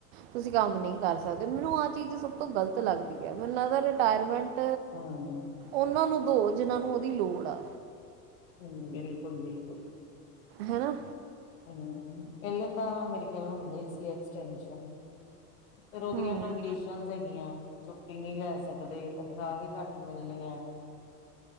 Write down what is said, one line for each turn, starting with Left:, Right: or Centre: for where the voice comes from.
Right: ਤੁਸੀਂ ਕੰਮ ਨਈਂ ਕਰ ਸਕਦੇ, ਮੈਨੂੰ ਆਹ ਚੀਜ਼ ਸਭ ਤੋਂ ਗ਼ਲਤ ਲੱਗਦੀ ਐ ਮੈਨੂੰ ਲਗਦੈ ਰਿਟਾਇਰਮੈਂਟ
Left: ਹਾਂ
Right: ਔਨਾਂ ਨੂੰ ਦੋ, ਜਿਨ੍ਹਾਂ ਨੂੰ ਔਦੀ ਲੋੜ ਆ।
Left: ਹੁੰ, ਬਿਲਕੁਲ-ਬਿਲਕੁਲ।
Right: ਹੈਨਾ?
Left: ਹੁੰ, ਪੈਲੇੇ ਤਾਂ ਮੇਰੇ ਖਯਾਲ ਹੁੰਦੇ ਸੀ, ਐਕਸਟੈਸਨ ਫੇਰ ਔਦੀਆਂ
Right: ਹੂੰ
Left: ਕੰਨਡੀ ਹੈਗੀਆਂ ਛੁੱਟੀ ਨੀ ਲੈ ਸਕਦੇ, ਤਨਖਾਹ ਵੀ ਘੱਟ ਮਿਲਣੀ ਐ।